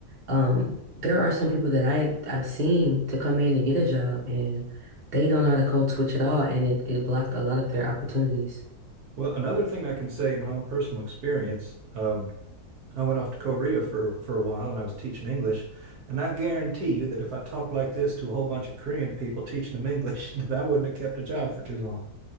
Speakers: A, on the right (about 30°); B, on the right (about 70°).
A: Um there are some people that I I've seen to come in to get a job and they don't know how to code switch at all and it, it blocked a lot of their opportunities.
B: Well, another thing I can say in my own personal experience, um, I went off to Korea for for a while and I was teaching English, and I guarantee you that if I talked like this to a whole bunch of Korean people teaching them English, <laughs> that I wouldn't have kept a job for too long.